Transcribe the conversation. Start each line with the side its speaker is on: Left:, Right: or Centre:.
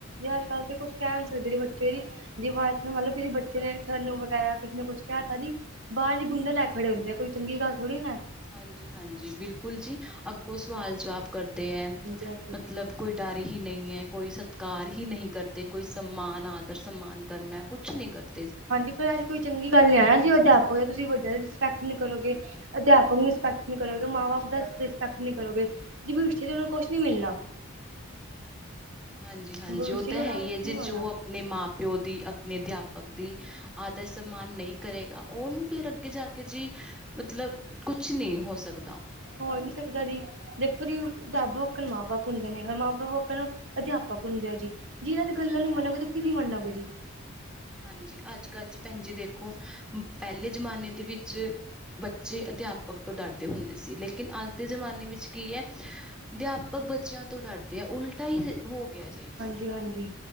Right: ਅੱਜ-ਕੱਲ੍ਹ ਤਾਂ ਕੁਛ ਕਹਿ ਨਹੀਂ ਸਕਦੇ ਬੱਚੇ ਵੀ ਜੇ ਮੰਨ ਲਓ, ਕਿਸੇ ਬੱਚੇ ਨੇ ਸਰ ਨੂੰ ਵਗੈਰਾ, ਕਿਸੇ ਨੇ ਕੁਛ ਕਿਹ ਤਾਂ ਜੀ ਬਾਹਰ ਗੁੰਡੇ ਲੈ ਖੜੇ ਹੁੰਦੇ ਆ, ਕੋਈ ਚੰਗੀ ਗੱਲ ਥੋੜੀ ਨਾ
Centre: ਹਾਂਜੀ- ਹਾਂਜੀ ਬਿਲਕੁਲ ਜੀ, ਅੱਗੋਂ ਸਵਾਲ ਜਵਾਬ ਕਰਦੇ ਏ
Right: ਹਾਂਜੀ ਹਾਂਜੀ
Centre: ਮਤਲਬ ਕੋਈ ਡਰ ਹੀ ਨਹੀਂ ਏ, ਕੋਈ ਸਤਿਕਾਰ ਹੀ ਨਹੀਂ ਕਰਦੇ, ਕੋਈ ਸਮਾਨ ਆਦਰ ਸਨਮਾਨ ਕਰਨਾ, ਕੁਛ ਨਹੀਂ ਕਰਨਾ
Right: ਹਾਂਜੀ, ਪਰ ਅੱਜ ਕੋਈ ਚੰਗੀ ਗੱਲ ਨੀ ਆ ਨਾ ਜੀ, ਅੱਜ ਅਧਿਆਪਕ ਏ, ਤੁਸੀਂ ਵੱਡਿਆਂ ਦੀ ਰਿਸਪੈਕਟ ਨਹੀਂ ਕਰੋਗੇ। ਅਧਿਆਪਕ ਦੀ ਰਿਸਪੈਕਟ ਨਈ ਕਰੋਗੇ। ਮਾਂ-ਬਾਪ ਦਾ ਰਿਸਪੈਟ ਨਹੀਂੀ ਕਰੋਗੇ। ਭਵਿਸ਼ ਤੇ ਉਹਨੂੰ ਕੁਛ ਨੀ ਮਿਲਣਾ।
Centre: ਹਾਂਜੀ- ਹਾਂਜੀ
Right: ਭਵਿੱਸ਼
Centre: ਉਹ
Right: 'ਚ
Centre: ਤਾਂ
Right: ਉਹਨਾ
Centre: ਹੈ ਹੀ ਹੈ
Right: ਨਹੀਂ
Centre: ਜੀ
Right: ਹੋਣਾ
Centre: ਜੋ ਆਪਣੇ ਮਾਂ-ਪਿਓ ਦੀ ਆਪਣੇ ਅਧਿਆਪਕ ਦੀ ਆਦਰ-ਸਨਮਾਨ ਨਹੀਂ ਕਰੇਗਾ। ਉਹਨੂੰ ਫਿਰ ਅੱਗੇ ਜਾ ਕੇ ਜੀ ਮਤਲਬ ਕੁਛ ਨਹੀਂ, ਹੋ ਸਕਦਾ।
Right: ਹੋ ਨਹੀਂ ਸਕਦਾ ਜੀ ਦੇਖੋ ਜੀ, ਰੱਬ ਵਾਕਣ ਮਾਂ ਬਾਪ ਹੁੰਦੇ ਨੇ, ਰ ਮਾਂ ਬਾਪ ਵਾਕਣ ਅਧਿਆਪਕ ਹੁੰਦੇ ਆ ਜੀ ਜੀ ਇਹਨਾਂ ਦੀਆ ਗੱਲਾਂ ਨ
Centre: ਹਾਂਜੀ-ਹਾਂਜੀ।
Right: ਮੰਨੋਗੇ ਤਾਂ ਕਿਦੀ ਮੰਨੋਗੇ
Centre: ਹਾਂਜੀ
Right: ਜੀ
Centre: ਹਾਂਜੀ, ਅੱਜ-ਕੱਲ ਜੀ ਭੈਣ ਜੀ ਦੇਖੋ ਪਹਿਲੇ ਜਮਾਨੇ ਦੇ ਵਿੱਚ ਬੱਚੇ ਅਧਿਆਪਕ ਤੋਂ, ਡਰਦੇ ਹੁੰਦੇ ਸੀ। ਲੇਕਿਨ, ਅੱਜ ਦੇ ਜ਼ਮਾਨੇ ਵਿੱਚ ਕੀ ਆ ਅਧਿਆਪਕ ਬੱਚਿਆਂ ਤੋਂ ਡਰਦੇ ਆ, ਉਲਟਾ ਹੀ ਹੋ ਗਿਆ ਜੀ
Right: ਜੀ ਹਾਂਜੀ ਜੀ,